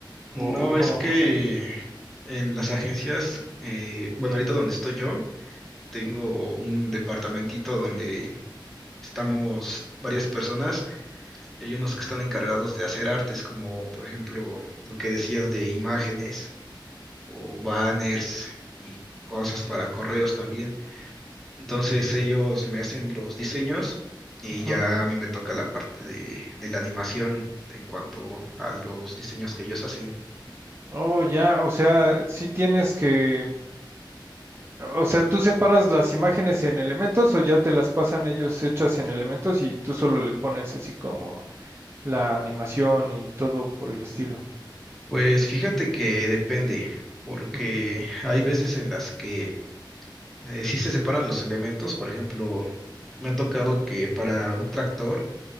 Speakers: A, on the right (about 30°); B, in the centre.
A: o,
B: No,
A: o cómo
B: es que
A: funciona.
B: en las agencias, eh, bueno, ahorita donde estoy yo, tengo un departamentito donde estamos varias personas y hay unos que están encargados de hacer artes, como por ejemplo lo que decías de imágenes o banners y cosas para correos también. Entonces ellos me hacen los diseños y
A: Ujú.
B: ya a mí me toca la parte de, de la animación en cuanto a los diseños que ellos hacen.
A: Oh, ya, o sea, sí tienes que O sea, ¿tú separas las imágenes en elementos o ya te las pasan ellos hechas en elementos y tú solo le pones así como la animación y todo por el estilo?
B: Pues fíjate que depende, porque
A: Ujú,
B: hay veces en las que eh, sí se separan los elementos. Por ejemplo, me ha tocado que para un tractor